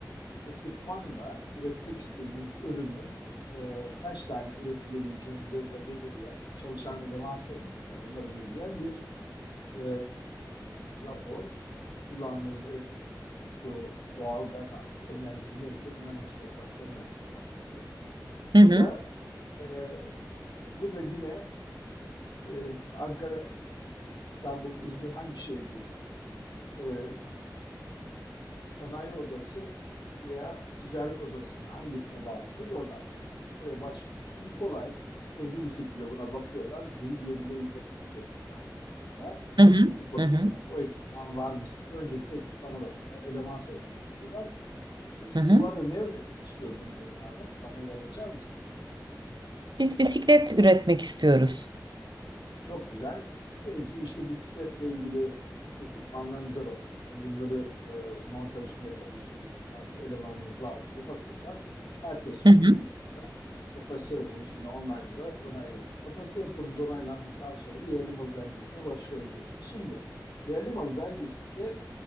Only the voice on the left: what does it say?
ekipmanla üretmek istediğiniz ürünün e, kaç tane üretilebileceğini yılda belirleyen, çalışan eleman sayınızda bunları belirleyen bir e, rapor. Kullandığınız elektrik, su, doğalgaz artık enerji neyse bunların hepsi hesaplanarak çıkartılıyor.
Bu da e, bu da yine e, Ankara, İstanbul, İzmir hangi şehirdeyseniz e, sanayi odası veya ticaret odasına hangisine bağlısınız oradan çıkartıyor. Oraya başvuruyorsunuz. Kolay, hızlı bir şekilde buna bakıyorlar. Gelip yerinde denetim yapıyorlar bunda.
Gelip bakıyorlar.
O ekipman var mı sizde? Öncelikle ekipmana bakıyorlar. Eleman sayınıza bakıyorlar. E, Siz
bu arada ne öğretmek istiyordunuz Ebru Hanım? Bana biraz açar mısınız?
Çok güzel. Diyelim ki işte bisikletle ilgili ekipmanlarınıza bakıyorlar. Bunları e, montajını yapabilecek ekipmanınız, elemanınız var mı diye bakıyorlar. Ertesi gün,
iki gün sonra kapasite raporunuz yine online olarak onaylanıyor. Kapasite raporunuz onaylandıktan sonra da yerli malı belgesine başvurabiliyorsunuz. Şimdi yerli malı belgesinde